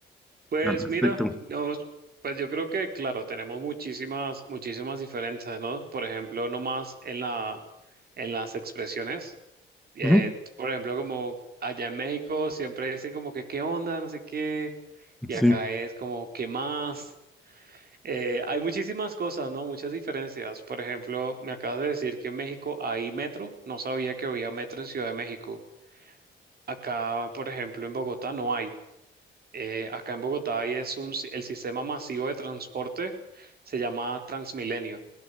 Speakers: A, on the right; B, in the centre.
A: Pues
B: al respecto.
A: mira, no, pues yo creo que, claro, tenemos muchísimas, muchísimas diferencias, ¿no? Por ejemplo, nomás en la, en las expresiones. eh,
B: Ujú.
A: por ejemplo, como allá en México siempre dicen como que qué onda, no sé qué, y
B: Sí.
A: acá es como qué más. Eh, hay muchísimas cosas, ¿no? Muchas diferencias. Por ejemplo, me acabas de decir que en México hay metro. No sabía que había metro en Ciudad de México. Acá, por ejemplo, en Bogotá no hay. Eh, acá en Bogotá y es un, si- el sistema masivo de transporte, se llama Transmilenio